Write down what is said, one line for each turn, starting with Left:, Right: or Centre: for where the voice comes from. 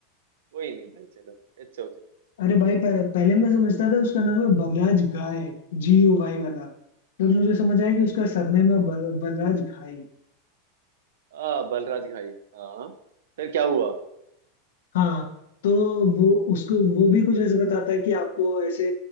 Right: कोई नहीं भाई चलो It's okay
Left: अरे भाई पह, पहले मैं समझता था उसका नाम है बलराज घाय जी यू वाई वाला फिर मुझे समझ
Right: अच्छा
Left: आया कि
Right: अच्छा
Left: उसका सरनेम है बल, बलराज घाई
Right: आ बलराज घाई हाँ फिर क्या हुआ
Left: हाँ तो वो उसको वो भी कुछ ऐसे बताता है कि आपको ऐसे